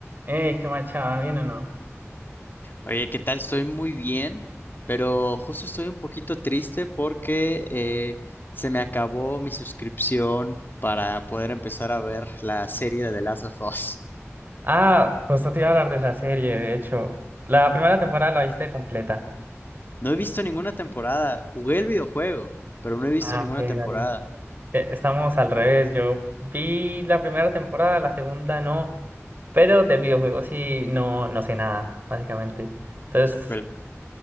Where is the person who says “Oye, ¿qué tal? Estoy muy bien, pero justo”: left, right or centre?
Left